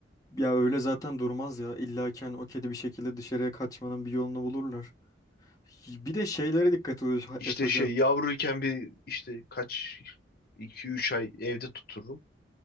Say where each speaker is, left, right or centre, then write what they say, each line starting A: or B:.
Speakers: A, on the left; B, on the left.
A: Ya öyle zaten durmaz ya. İlla ki hani o kedi bir şekilde dışarıya kaçmanın bir yolunu bulurlar. Bir de şeylere dikkat oluyor-
B: İşte
A: et hocam.
B: şey yavruyken bir işte kaç iki üç ay evde tuturum.